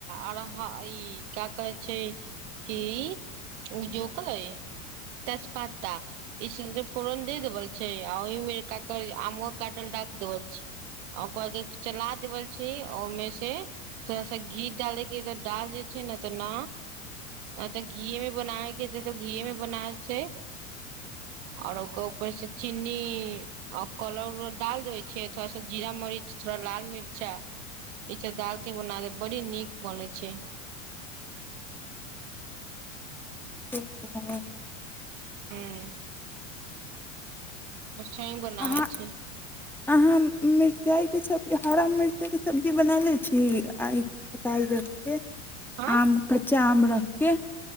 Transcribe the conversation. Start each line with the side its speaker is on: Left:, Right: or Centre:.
Right: और ई क्या कहै छैय। की उ जोखले तेजपत्ता इसलि फोरन दे देबल छैय आ ओहिमे काक आम काटल डाक देवल छैय आ ओकर चला देवल छै ओहिमे से। थोड़ा सा घी डालैके डाल दे किना तना अ तऽ घीए मे बनाबे के छैय तऽ घीय मे बनाल छैय। और ओकर उपर से चीनी आ कलर उलर डाल दै छैय थोड़ा सा जीरा मरीच थोड़ा लाल मिर्चा ई सब डाल के बना दे बड़ी नीक बनै छैय।
Centre: <unintelligible>
Right: हूं। मचछी बनावै
Centre: अहाँ
Right: छैय।
Centre: अहाँ मिर्चाइके सब्जी हरा मिर्चाइके सब्जी बना लैत छी आ ई काइल रे
Right: हँ
Centre: आम कच्चा आम र किये